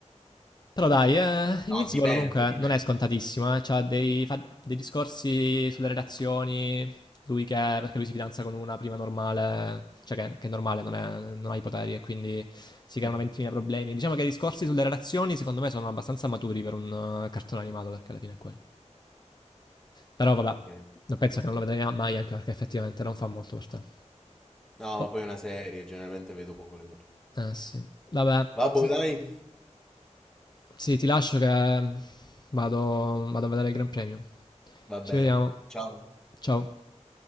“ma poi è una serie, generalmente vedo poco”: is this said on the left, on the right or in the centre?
Centre